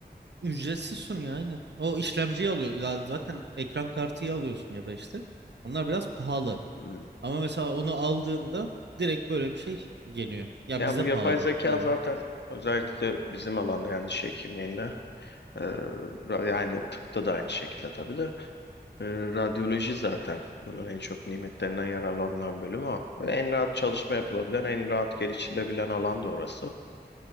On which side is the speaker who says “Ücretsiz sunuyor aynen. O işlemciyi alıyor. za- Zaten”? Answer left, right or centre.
Right